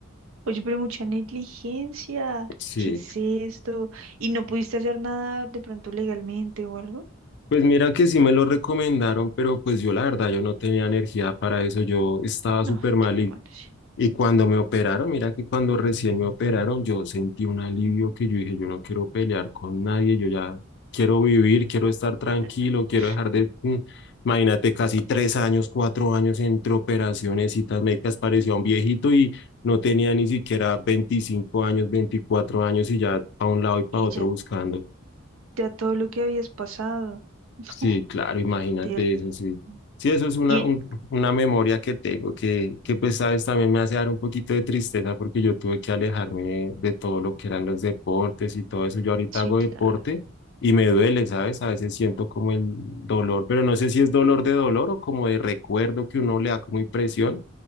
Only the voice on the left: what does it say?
Sí.
Pues mira que sí me lo recomendaron, pero pues yo la verdad, yo no tenía energía para eso, yo estaba
súper mal
y,
y cuando me operaron, mira que cuando recién me operaron, yo sentí un alivio
que yo dije, yo no quiero pelear con nadie, yo ya quiero vivir, quiero estar tranquilo,
quiero dejar de, mm, imagínate, casi tres años, cuatro años entre operaciones, citas médicas, parecía un viejito y no tenía ni siquiera 25 años, 24 años y ya para un lado y para
otro
buscando.
Sí, claro, imagínate
eso, sí. Sí, eso es una,
un- una memoria que tengo que, que, pues, sabes, también me hace dar un poquito de tristeza porque yo tuve que alejarme de todo lo que eran los deportes y todo eso. Yo ahorita
hago
deporte y me duele, ¿sabes? A veces siento como el dolor, pero no sé si es dolor de dolor o como de recuerdo que uno le da como impresión.